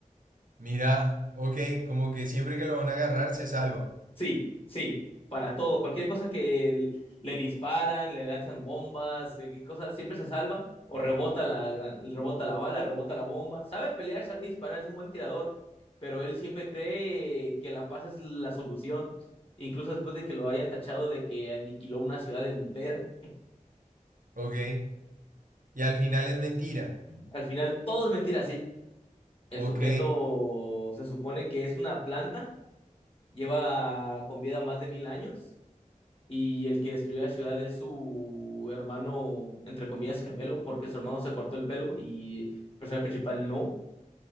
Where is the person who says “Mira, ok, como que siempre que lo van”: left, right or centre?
Right